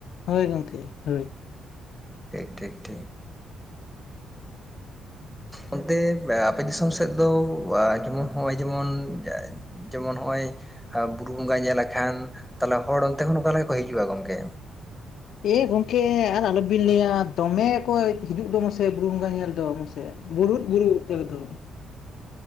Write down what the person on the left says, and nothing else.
ᱦᱳᱭ ᱜᱚᱢᱠᱮ ᱦᱳᱭ
ᱮᱸ ᱜᱚᱝᱠᱮ ᱟᱨ ᱟᱞᱚᱵᱤᱱ ᱞᱟᱹᱭᱟ ᱫᱚᱢᱮ ᱠᱚ ᱦᱤᱡᱩᱜ ᱫᱚ ᱢᱟᱥᱮ ᱵᱩᱨᱩ ᱵᱚᱸᱜᱟ ᱧᱮᱞ ᱫᱚ ᱢᱟᱥᱮ ᱵᱩᱨᱩᱫ ᱵᱩᱨᱩ ᱩᱛᱟᱹᱛ ᱫᱚ